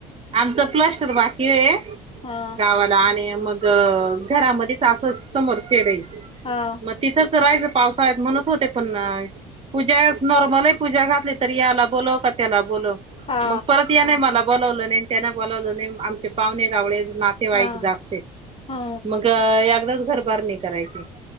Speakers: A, on the right (about 35°); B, on the left (about 30°).
A: आमचं प्लस्टर बाकी आहे
B: हा
A: गावात आणि मग घरामध्येच समोर शेड आहे.
B: हा
A: मग तिथंच राहायचं पावसाळ म्हणतं होते पण पूजा नॉर्मल पूजा घातली त याला बोलव का त्याला बोलव
B: हा
A: मग परत त्याने मला बोलावलं नाही त्याने बोलावलं नाही आमचे पाहुणे रावळे नात तेव्हा
B: हा
A: एक जास्त
B: हा
A: मग एकदाच घरबार नाही करायचे.